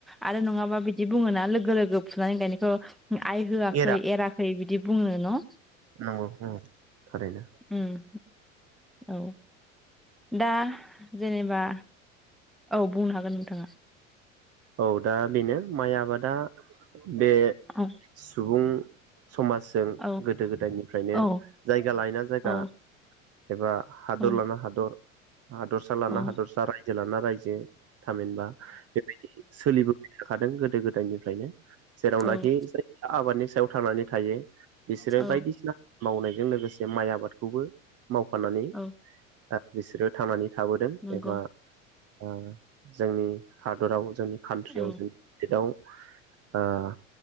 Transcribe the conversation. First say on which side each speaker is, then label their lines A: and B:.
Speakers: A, in the centre; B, on the right (about 35°).
A: आरो नङाबा बि बिदि बुङो ना लोगो लोगो फुनानै गायनायखौ आइ होआखै
B: एरा
A: एराखै बिदि बुंनो न'
B: नंगौ औ थारैनो
A: उम औ दा जेनेबा औ बुंनो हागोन नोंथाङा
B: औ दा बेनो माइ आबादा बे
A: औ
B: सुबुं समाजजों
A: औ
B: गोदो गोदायनिफ्रायनो
A: औ
B: जायगा लायना जायगा
A: औ
B: एबा हादर
A: औ
B: लाना हादर हादरसा लाना
A: औ
B: हादरसा राय जेलाना रायजो थामिनबा बेबायदि सोलिबो <unintelligible> खादों गोदो गोदायनिफ्रायनो। जेरावनाखि
A: औ
B: <unintelligible> आबादनि सायाव थांनानै थायो। बिसोरो
A: औ
B: बायदिसिना मावनायजों लोगोसे माइ आबादखौबो मावफानानै
A: औ
B: <unintelligible> बिसोरो थांनानै थाबोदों
A: नंगौ
B: एबा ओ जोंनि हादराव जोंनि कान्ट्रियाव
A: औ
B: जोंनि स्टेटआव ओ